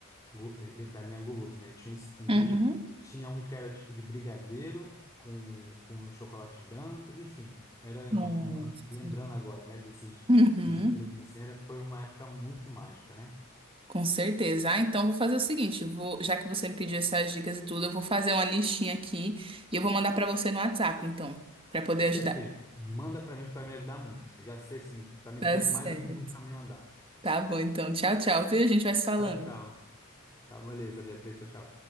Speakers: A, on the left; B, on the right.
A: gu- eh, da linha guloso, né? Tinha esse quindim,
B: Uhum.
A: tinha um que era tipo de brigadeiro com, com chocolate branco, enfim, era é
B: Nossa.
A: um- é um- lembrando agora, né, desses
B: Uhum.
A: de comida assim, era, foi uma época muito mágica, né?
B: Com certeza. Ah, então vou fazer o seguinte, vou, já que você me pediu essas dicas e tudo, eu vou fazer uma listinha aqui e eu vou mandar pra você no WhatsApp, então, pra poder ajudar.
A: Perfeito. Manda para mim que vai me ajudar muito. Já sei assim, para me
B: Tá
A: ter
B: certo.
A: mais ou menos um caminho andado.
B: Tá bom, então. Tchau, tchau, viu? A gente vai se falando.
A: Tchau, tchau. Tá, beleza, Beatriz. Tchau, tchau.